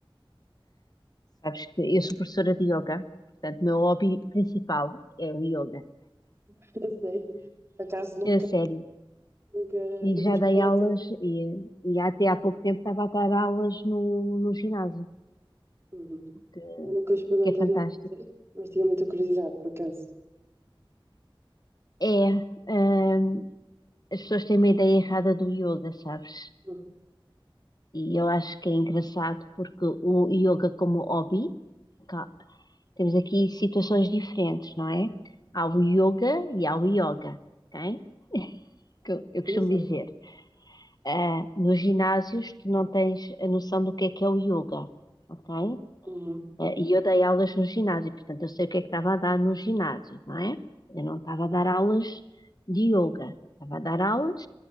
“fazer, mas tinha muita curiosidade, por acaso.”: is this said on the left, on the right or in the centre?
Right